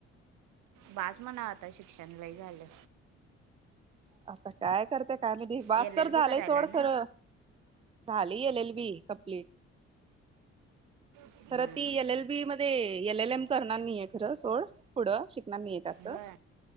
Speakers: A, on the right; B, on the right.
A: बाजमाणा आता श शषणलाही झालं
B: आता काय करत काय म बस
A: एल
B: तर
A: एल
B: झालंय
A: बी करायला
B: सोड
A: ना
B: खरं झाली गलेल बी कंप्लीट
A: हम्म.
B: तर ती एल एल बी मध्ये एल एल एम करणार नाही आहे खरं सोड पुढं शिकणार नाहीय त्याच
A: होय